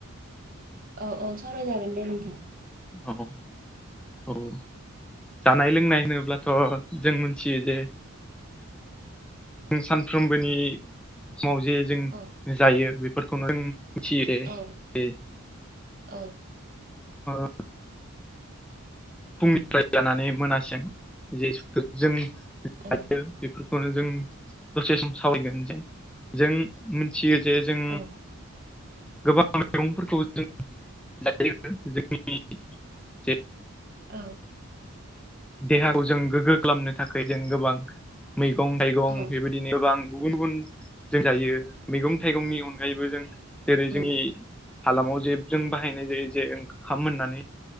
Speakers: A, on the right; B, in the centre.
A: औ औ सावरायजागोन दे नोंथां
B: औ औ जानाय लोंनाय होनोब्लाथ' जों मोनथियो जे जों सानफ्रोमबोनि समाव जे जों
A: औ
B: जायो बेफोरखौनो जों
A: औ
B: जों
A: औ
B: <unintelligible> फुंनिफ्राय जानानै मोनासिम ज जों
A: औ
B: जायो नो जों दसे सम सावरायगोन जे जों मिथियो जे जों
A: औ
B: गोबां माइरंफोरखौ जों लायो जोंनि <unintelligible> जे
A: औ
B: देहाखौ जों गोग्गो खालामनो थाखाय जों गोबां मैगं- थाइगं
A: औ
B: बेबायदि बिदिनो गोबां गुबुन गुबुन जों जायो मैगं -थाइगंनि अनगायैबो जों जेरै जोंनि
A: औ
B: हालामाव जे जों बाहायनाय जायो जे ओंखाम होननानै